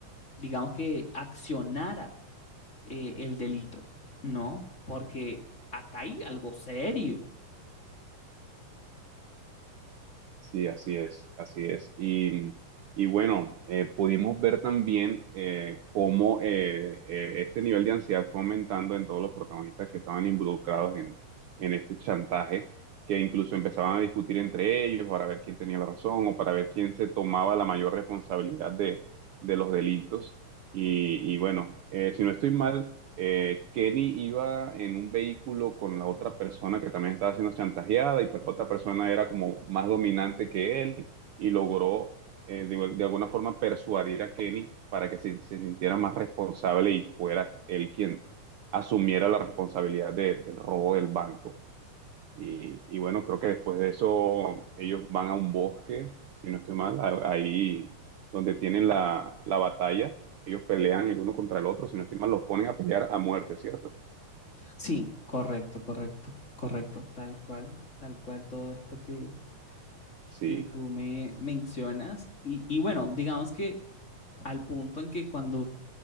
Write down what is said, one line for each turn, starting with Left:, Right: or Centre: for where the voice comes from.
Left: digamos que, accionara eh, el delito, ¿no? Porque acá hay algo serio.
Right: Sí, así es, así es. Y, y bueno, eh, pudimos ver también eh, cómo eh, eh, este nivel de ansiedad fue aumentando en todos los protagonistas que estaban involucrados en, en este chantaje, que incluso empezaban a discutir entre ellos para ver quién tenía la razón o para ver quién se tomaba la mayor responsabilidad de, de los delitos. Y, y bueno, eh, si no estoy mal eh, Kenny iba en un vehículo con la otra persona que también estaba siendo chantajeada y pues la otra persona era como más dominante que él y logró eh, de, de alguna forma persuadir a Kenny para que se, se sintiera más responsable y fuera él quien asumiera la responsabilidad de- del robo del banco. Y, y bueno, creo que después de eso ellos van a un bosque, si no estoy mal, a- ahí donde tienen la, la batalla, ellos pelean el uno contra el otro, si no estoy mal, los ponen a pelear a muerte, ¿cierto?
Left: Sí, correcto, correcto, correcto, tal cual, tal cual todo esto que,
Right: Sí,
Left: que tú me mencionas. Y, y bueno, digamos que al punto en que cuando